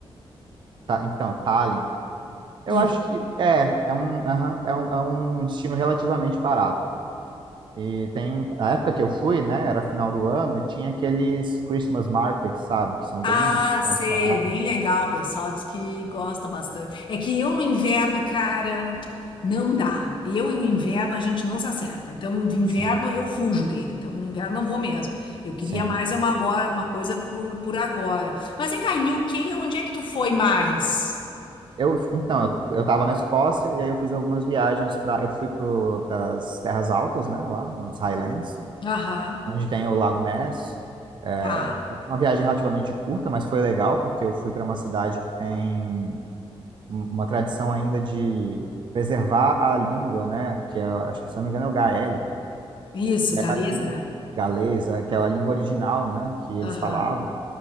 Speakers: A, on the right (about 55°); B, on the left (about 55°).
A: Tá, então, Tallinn. Eu
B: Isso.
A: acho que é, é um, aham, é um, é um destino relativamente barato. E tem, a época que eu fui, né, era final do ano, e tinha aqueles Christmas markets, sabe, que são
B: Ah,
A: bem
B: sei,
A: tradicionais.
B: é bem legal, o pessoal diz que gosta bastante. É que eu no inverno, cara, não dá. Eu e o inverno a gente não se acerta. Então, no inverno
A: Sim,
B: eu fujo dele. Então, no inverno não vou mesmo. Eu queria
A: sim.
B: mais uma agora, uma coisa por, por agora. Mas vem cá, em UK, onde é que tu foi mais?
A: Eu, então, eu, eu tava na Escócia e aí eu fiz algumas viagens para, eu fui para as Terras Altas, né, lá, nos Highlands,
B: Aham,
A: onde tem o Lago Ness. É,
B: tá.
A: foi uma viagem relativamente curta, mas foi legal porque eu fui para uma cidade que tem um- uma tradição ainda de preservar a língua, né, que é, acho que se eu não me engano é o gaélico
B: Isso,
A: que
B: Gariza.
A: é a língua
B: né?
A: galesa, que é a língua original, né, que eles
B: Aham,
A: falavam,